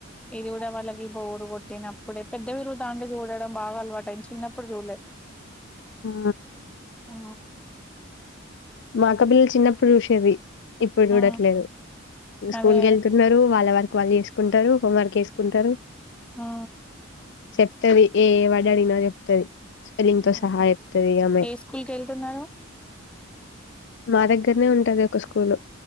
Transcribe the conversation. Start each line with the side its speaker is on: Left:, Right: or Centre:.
Centre: ఇది కూడా వాళ్ళకి బోరు కొట్టినప్పుడే పెద్దవిరు దాంలో చూడడం బాగా అలవాటు అని చిన్నప్పుడు చూడలేదు
Left: ఆ
Centre: ఆ
Left: మా అక్క పిల్లలు చిన్నప్పుడు చూసి చెవి ఇప్పుడు చూడట్లేదు
Centre: ఆ
Left: స్కూల్కి
Centre: అదే
Left: వెళ్తున్నారు వాళ్ళ వర్ వాళ్ళు చేసుకుంటారు హోంవర్క్ చేసుకుంటారు
Centre: ఆ
Left: చెప్తది ఏ వర్డు అడిగినా చెప్తాది స్పెల్లింగ్ తో
Centre: హ్మ్.
Left: సహా చెప్తాది ఇక ఆమె
Centre: ఏ స్కూల్ కెళ్తున్నారు
Left: మా దగ్గరనే ఉంటది ఒక స్కూలు